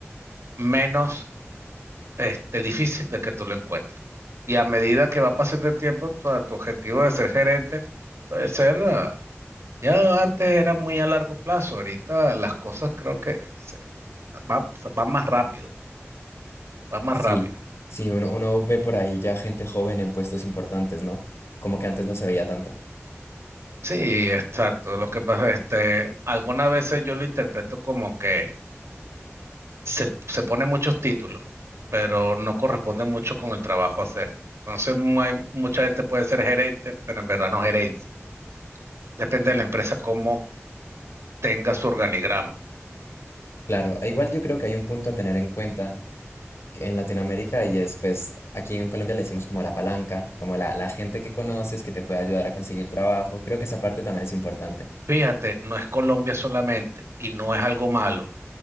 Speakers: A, on the right (about 70°); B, on the left (about 70°).
A: menos este, difícil de que tú lo encuentres. Y a medida que va pasando el tiempo, tu, tu objetivo de ser gerente puede ser, ah, ya antes era muy a largo plazo, ahorita las cosas creo que se, va, van más rápido, va más
B: Sí,
A: rápido.
B: sí, uno, uno ve por ahí ya gente joven en puestos importantes, ¿no? Como que antes no se veía tanto.
A: Sí, exacto. Lo que pasa, este, algunas veces yo lo interpreto como que se, se pone muchos títulos, pero no corresponde mucho con el trabajo a hacer. Entonces, mu- hay, mucha gente puede ser gerente, pero en verdad no gerencia. Depende de la empresa cómo tenga su organigrama.
B: Claro, e igual yo creo que hay un punto a tener en cuenta en Latinoamérica y es pues aquí en Colombia le decimos como la palanca, como la, la gente que conoces que te puede ayudar a conseguir trabajo. Creo que esa parte también es importante.
A: Fíjate, no es Colombia solamente y no es algo malo,